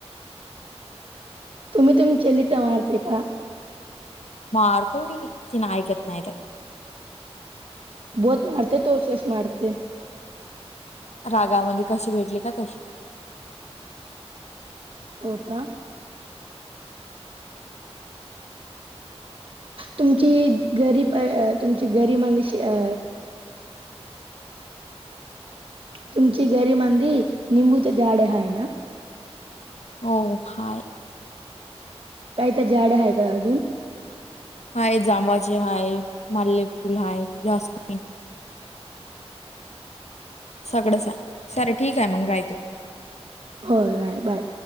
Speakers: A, on the right (about 55°); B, on the left (about 85°).
A: तुम्ही तुमच्या लीत मारते का?
B: मारतो मी तीन ऐकत नाय तर.
A: बहोत मारते थोरसच मारते.
B: रागामध्ये कशी भेटली का तशी.
A: हो का. तुमची घरी पय तुमची गरी माणश अ तुमची घरी म्हंदी निंबूचे झाड आहे ना.
B: हो हाय.
A: काही तर झाडं आहे का अजून.
B: आहेत जांभळाचे हाय मल्ले फुल हाय जास्मिन. सगडच आहे सारे ठीक आहे मंग रहाय तू.
A: हो राय बाय.